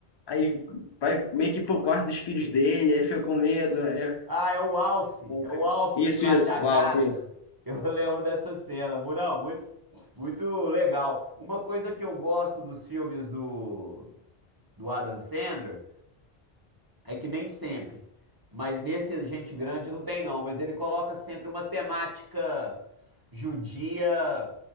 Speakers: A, on the left; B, on the right.
A: aí vai meio que pro quarto dos filhos dele, aí fica com medo. É,
B: Ah, é o Alce.
A: Pô,
B: É
A: cara.
B: o Alce
A: Isso,
B: que invade
A: isso.
B: a
A: Uau,
B: casa.
A: isso,
B: Eu <laughs> lembro dessa cena. Mu- Não, muito, muito legal. Uma coisa que eu gosto dos filmes do, do Adam Sandler. É que nem sempre. Mas nesse Gente Grande não tem, não. Mas ele coloca sempre uma temática judia,